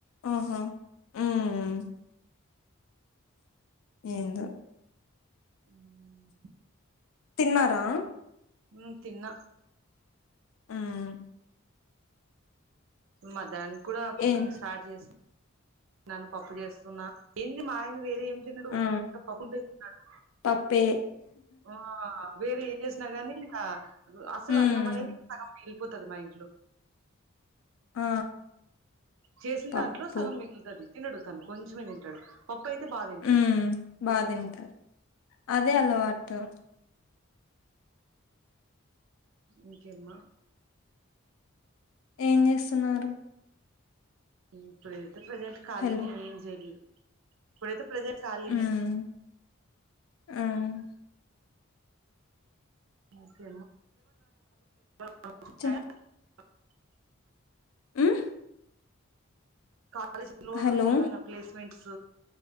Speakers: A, on the left; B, on the right.
A: ఆఓహో ఉమ్ ఏందో
B: అఉమ్
A: తిన్నారా
B: ఊమ్ తిన్న
A: హ్మ్
B: మద్యనానికి కూడా కుకింగ్
A: ఏం
B: స్టార్ట్ చేస స్తున్న పప్పు చేస్తున్నా ఏంటి మా ఆయన వేరేం తినడు
A: ఆ
B: ఊత పప్పుంటే తింటాడు
A: పప్పే
B: ఆ వేరే ఏ చేసినా నీ ఇంకా అసలు
A: హ్మ్
B: అన్నం అనేది సగం మిగిళ్ళిపోతది మా ఇంట్లో
A: ఆ
B: చేసిన
A: పప్పు
B: దాంట్లో సగం మిగులుతుంది తినడు తను కొంచెమే తింటాడు పప్పు అయితే బా తింటాడు
A: హ్మ్ బా తింటారు అదే అలవాటు
B: ఇంకేం
A: ఏం చేస్తున్నారు
B: ఇప్పుడైతే ప్రజెంట్ ఖాళీని
A: హలో
B: ఏం చేయలేదు ఇప్పుడైతే ప్రెసెంట్ కాలి
A: హ్మ్
B: నే
A: హ్మ్
B: ఓకే <unintelligible>
A: చ హ్మ్
B: కాలేజీ లో
A: హలో
B: ఏమన్నా ప్లేస్మెంట్స్